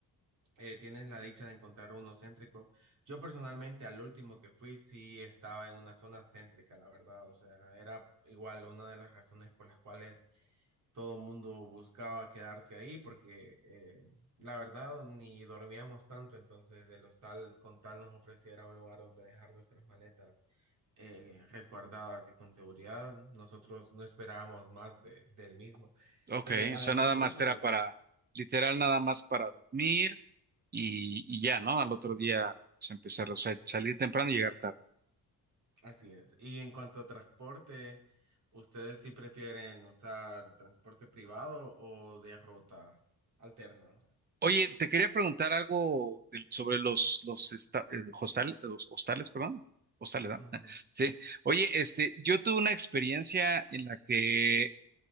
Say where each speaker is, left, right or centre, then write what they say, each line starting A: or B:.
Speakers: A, on the right; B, on the right.
A: eh, tienes la dicha de encontrar uno céntrico. Yo personalmente al último que fui sí estaba en una zona céntrica, la verdad. O sea, era igual una de las razones por las cuales todo el mundo buscaba quedarse ahí porque eh, la verdad ni dormíamos tanto, entonces el hostal con tal nos ofreciera un lugar donde dejar nuestras maletas eh, resguardadas y con seguridad, nosotros no esperábamos más de, del mismo.
B: Ok,
A: Eh, además,
B: o sea, nada más
A: eso,
B: era para, literal, nada más para dormir y, y ya, ¿no? Al otro día, pues empezar, o sea, salir temprano y llegar tarde.
A: Así es. Y en cuanto a transporte, ¿ustedes sí prefieren usar transporte privado o de ruta alterna?
B: Oye, te quería preguntar algo del- sobre los, los, esta- eh, hostal- los hostales, perdón. Hostales, ¿verdad?
A: Ujú,
B: <laughs> Sí. Oye, este, yo tuve una experiencia en la que